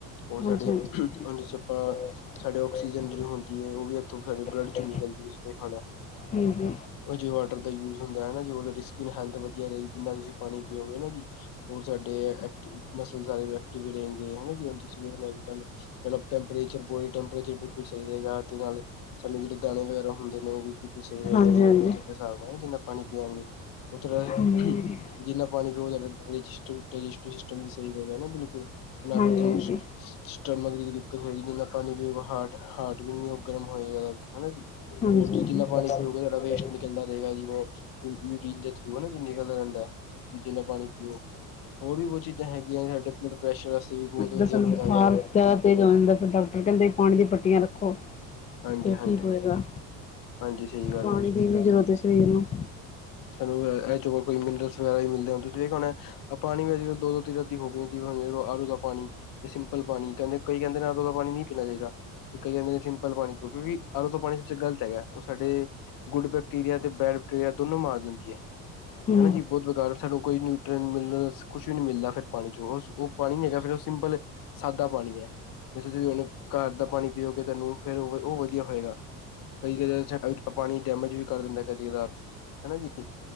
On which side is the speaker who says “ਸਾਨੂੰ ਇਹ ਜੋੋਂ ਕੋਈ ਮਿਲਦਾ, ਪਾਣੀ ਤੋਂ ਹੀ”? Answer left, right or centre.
Left